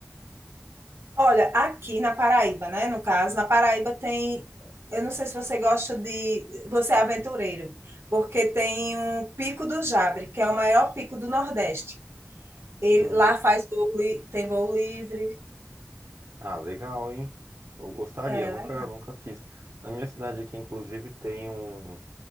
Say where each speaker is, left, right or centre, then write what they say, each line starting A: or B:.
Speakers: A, on the right (about 60°); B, on the right (about 80°).
A: Olha, aqui na Paraíba, né? No caso, na Paraíba tem. Eu não sei se você gosta de. Você é aventureiro, porque tem um Pico do Jabre, que é o maior pico do Nordeste. Ele,
B: Hum,
A: lá faz voo, li- tem voo livre.
B: Ah, legal, hein? Eu gostaria,
A: É,
B: nunca,
A: legal.
B: nunca fiz. Na minha cidade aqui, inclusive, tem um,